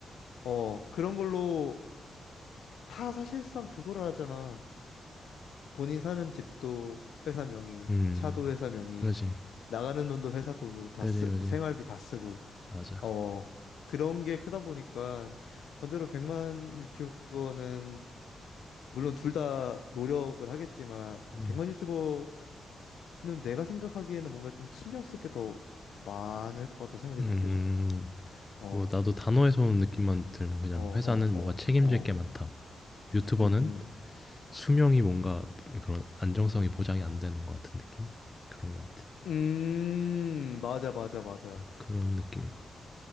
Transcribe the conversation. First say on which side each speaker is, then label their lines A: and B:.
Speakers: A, on the left (about 85°); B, on the left (about 15°).
A: 어 그런 걸로 다 사실상 그거라 하잖아 본인 사는 집도 회사 명의,
B: 음.
A: 차도 회사 명의,
B: 그지.
A: 나가는 돈도 회사 돈으로 다
B: 그지,
A: 쓰,
B: 그지.
A: 생활비 다 쓰고,
B: 맞아.
A: 어, 그런 게 크다 보니까 반대로 100만 유튜버는 물론 둘 다 노력을 하겠지만
B: 음.
A: 100만 유튜버는 내가 생각하기에는 뭔가 좀 신경 쓸 게 더 많을 것 같다는 생각이
B: 음.
A: 느껴져. 어,
B: 뭐 나도 단어에서 오는 느낌만 들면 그냥
A: 어, 어,
B: '회사는 뭔가
A: 어,
B: 책임질
A: 어.
B: 게 많다.' 유튜버는
A: 음, 음.
B: 수명이 뭔가 그런 안정성이 보장이 안 되는 것 같은 느낌? 그런 것 같아.
A: 음, 맞아, 맞아, 맞아.
B: 그런 느낌이야.